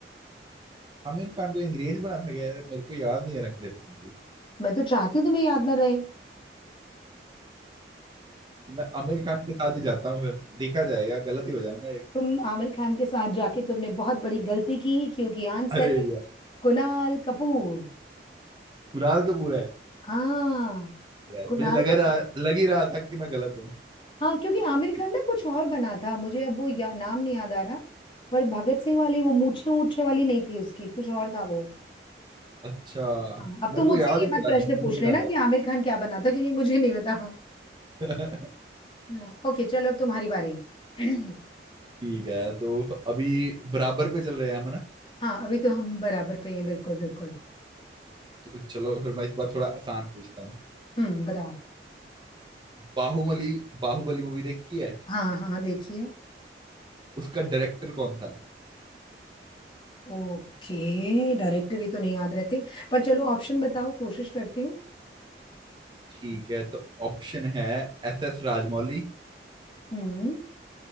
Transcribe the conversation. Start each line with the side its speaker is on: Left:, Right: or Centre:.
Right: आमिर खान को अंग्रेज बना था क्या यार मेरे को याद नहीं है रंग दे बसंती
Left: मैं तो चाहती हूँ तुम्हें याद ना रहे
Right: तो मैं आमिर खान के साथ ही जाता हूँ फिर देखा जाएगा गलत ही हो जाऊंगा एक
Left: तुम आमिर खान के साथ जाके तुमने बहुत बड़ी गलती की क्योंकि आंसर
Right: अरे
Left: है
Right: यार
Left: कुणाल कपूर
Right: कुणाल कपूर है
Left: हाँ
Right: यार
Left: कुणाल
Right: मुझे लग
Left: कपूर
Right: रहा लग ही रहा था कि मैं गलत हूँ
Left: हाँ क्योंकि आमिर खान ना कुछ और बना था मुझे अब वो या, नाम नहीं याद आ रहा पर भगत सिंह वाली वो मूछे मूछे वाली नहीं थी उसकी कुछ और था वो
Right: अच्छा
Left: हाँ, अब
Right: मेरे
Left: तुम मुझसे
Right: को याद
Left: ये
Right: ही नहीं
Left: मत प्रश्न
Right: आ रहा मूवी
Left: पूछ
Right: नहीं
Left: लेना
Right: याद
Left: कि
Right: आ
Left: आमिर खान क्या बना था क्योंकि मुझे नहीं पता
Right: रहा <laughs>
Left: <laughs> ओके चलो अब तुम्हारी बारी <clears throat>
Right: ठीक है तो अभी बराबर पे चल रहे हैं हम है ना
Left: हाँ अभी तो हम बराबर पे हैं बिल्कुल बिल्कुल
Right: तो चलो फिर मैं इस बार थोड़ा आसान पूछता हूँ
Left: हम्म बताओ
Right: बाहुबली बाहुबली मूवी देखी है
Left: हाँ हाँ हाँ, देखिए
Right: उसका डायरेक्टर कौन था
Left: ओके डायरेक्टर ही तो नहीं याद रहते पर चलो ऑप्शन बताओ कोशिश करती हूँ
Right: ठीक है तो ऑप्शन है S S Rajamouli
Left: हम्म